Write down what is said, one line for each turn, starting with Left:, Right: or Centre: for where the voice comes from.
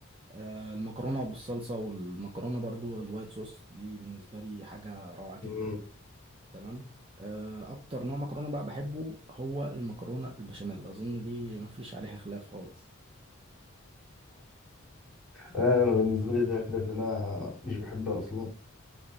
Right: آه، المكرونة بالصلصة والمكرونة برضو الوايت صوص دي بالنسبة لي حاجة روعة جدا
Centre: مم.
Right: تمام آه، اكتر نوع مكرونه بقى بحبه هو المكرونه البشاميل اظن دي مفيش عليها خلاف خالص
Centre: انا أنا بالنسبة لي فيها خلاف لان انا مش بحبها اصلا